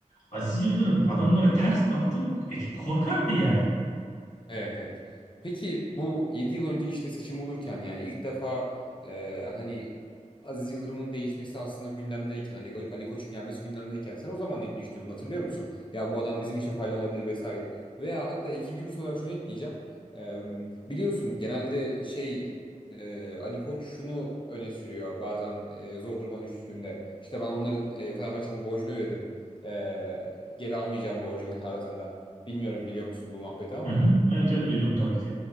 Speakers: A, on the left (about 65°); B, on the left (about 40°).
A: Aziz Yıldırım adamlara ters baktım ekip korkardı yani.
B: Evet evet. Peki bu 7 yıl önce işte seçim olurken yani ilk defa e, hani Aziz Yıldırım'ın değişmesi aslında gündemdeyken hani Ko- Ali Koç'un gelmesi gündemdeyken sen o zaman ne düşünüyordun hatırlıyor musun? Ya bu adam bizim için faydalı olabilir vesaire. Veya hatta ikinci bir soru olarak şunu ekleyeceğim. E, biliyorsun genelde şey e, Ali Koç şunu öne sürüyor bazen e, zor duruma düştüğünde. İşte ben onların e, Fenerbahçe'nin borcunu ödedim. E, geri almayacağım borcumu tarzında. Bilmiyorum biliyor musun bu muhabbeti ama.
A: Hı hı. Evet evet duydum tabii ki.